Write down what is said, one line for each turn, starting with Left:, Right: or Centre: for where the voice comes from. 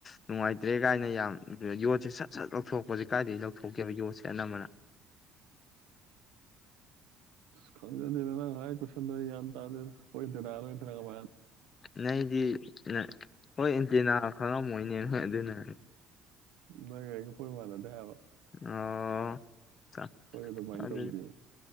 Left: ꯅꯨꯡꯉꯥꯏꯇ꯭ꯔꯦ ꯀꯥꯏꯅ ꯌꯥꯝ ꯌꯣꯠꯁꯦ ꯁꯠ ꯁꯟꯇꯨ꯭ꯔꯛ ꯊꯣꯛꯄꯁꯦ ꯀꯥꯏꯗꯒꯤ ꯂꯧꯊꯣꯛꯀꯦꯕ ꯌꯣꯠꯁꯦ ꯑꯅꯝꯕꯅ
Right: ꯏꯁ ꯈꯪꯖꯗꯦꯗ ꯅꯪ ꯍꯥꯏ ꯈ ꯆꯟꯗꯣ ꯑꯩ ꯒꯥ꯭ꯟꯇꯥꯗꯦꯗ ꯃꯣꯢ ꯑꯦꯟꯇꯤꯅꯗꯣ ꯑꯩꯅ ꯐꯅꯌꯥꯝ ꯋꯥꯡ
Left: ꯂꯩꯗꯤ ꯂ ꯅꯣꯏ ꯏꯟꯇꯤꯅꯥꯗꯣ ꯈꯪꯉꯝꯃꯣꯏꯅꯦ ꯍꯣꯏ ꯑꯗꯨꯅ
Right: ꯃꯥꯢ ꯒꯥꯔꯤꯗꯣ ꯑꯈꯣꯢꯒ ꯃꯥꯟꯅꯗꯦ ꯍꯥꯢꯕ
Left: ꯑꯣ ꯀ
Right: ꯑꯩꯈꯣꯏ ꯑꯗꯨꯃꯥꯏꯅ
Left: ꯑꯗꯨꯗꯤ
Right: ꯇꯧꯗꯦꯕ